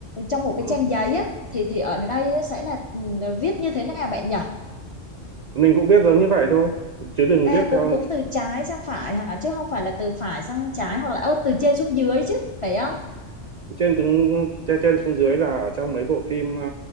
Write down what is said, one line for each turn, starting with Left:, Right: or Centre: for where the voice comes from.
Left: trong một
Right: ừ.
Left: cái trang giấy ấy thì thì ở đây á, sẽ là ừ, viết như thế nào bạn nhỉ?
Right: mình cũng viết giống như vậy thôi chứ đừng
Left: À
Right: viết
Left: cũng
Right: theo
Left: cũng từ trái sang phải hả chứ không phải là từ phải sang trái hoặc là ơ, từ trên xuống dưới chứ phải không?
Right: trên xuống trên, trên xuống dưới là ở trong mấy bộ phim ờ,